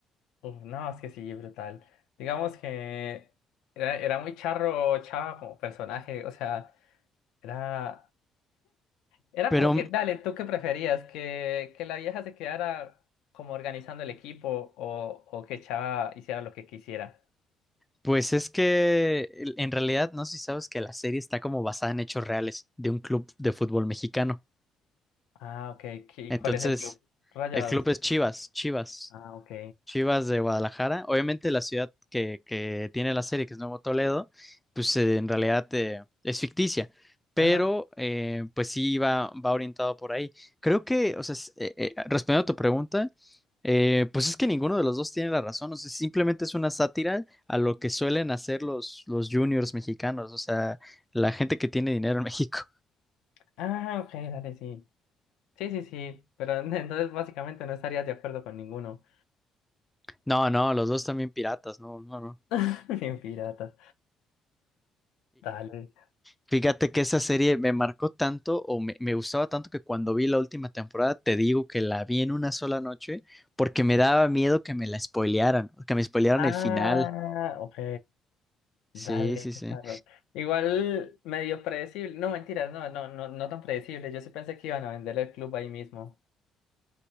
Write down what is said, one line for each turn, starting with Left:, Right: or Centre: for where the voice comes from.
Left: Uf, no, es que sí, brutal. Digamos que era, era muy charro, chava como personaje, o sea, era Era
Centre: Pero
Left: como que, dale, ¿tú qué preferías? ¿Que, que la vieja se quedara como organizando el equipo o, o que Chava hiciera lo que quisiera?
Centre: pues es que en realidad no sé si sabes que la serie está como basada en hechos reales de un club de fútbol mexicano.
Left: Ah, ok. ¿qué-
Centre: Entonces,
Left: cuál es el club? Rayados.
Centre: el club es Chivas, Chivas,
Left: Ah, ok.
Centre: Chivas de Guadalajara. Obviamente la ciudad que, que tiene la serie, que es Nuevo Toledo, pues eh, en realidad eh, es ficticia, pero
Left: Ajá.
Centre: eh, pues sí va, va orientado por ahí. Creo que, o sea, es- eh, eh, respondiendo a tu pregunta, eh, pues es que ninguno de los dos tiene la razón, o sea, simplemente es una sátira a lo que suelen hacer los, los juniors mexicanos, o sea, la gente que tiene dinero en México. <laughs>
Left: Ah, ok, dale, sí. Sí, sí, sí. Pero <laughs> entonces básicamente no estarías de acuerdo con ninguno.
Centre: No, no, los dos también piratas, no, no, no.
Left: <laughs> Bien piratas. Dale.
Centre: Fíjate que esa serie me marcó tanto o me, me gustaba tanto que cuando vi la última temporada, te digo que la vi en una sola noche porque me daba miedo que me la spoilearan, que me spoilearan
Left: Ah,
Centre: el final.
Left: ok.
Centre: Sí,
Left: Dale,
Centre: sí, sí.
Left: charro. Igual medio predecible. No, mentiras, no, no, no, no tan predecible. Yo sí pensé que iban a vender el club ahí mismo.